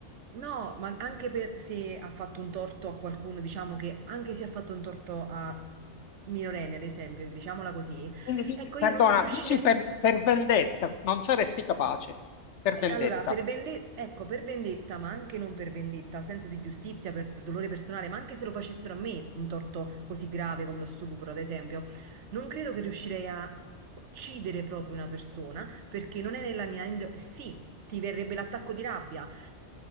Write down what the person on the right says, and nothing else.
No, ma anche per se ha fatto un torto a qualcuno, diciamo che anche se ha fatto un torto a minorenni, ad esempio, diciamola così,
ecco,
io non riuscirei.
Eh,
Allora, per vende- ecco, per vendetta, ma anche non per vendetta, senso di giustizia, per dolore personale, ma anche se lo facessero a me un torto così grave come lo stupro, ad esempio, non credo che riuscirei a uccidere proprio una persona perché non è nella mia... indo- sì, ti verrebbe l'attacco di rabbia,